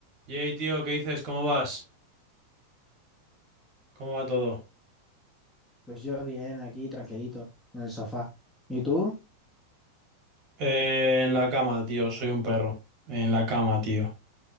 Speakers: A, on the right; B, in the centre.
A: Yey, tío, ¿qué dices? ¿Cómo vas? ¿Cómo va todo?
B: Pues yo bien, aquí tranquilito, en el sofá. ¿Y tú?
A: Eh, en la cama, tío, soy un perro. En la cama, tío.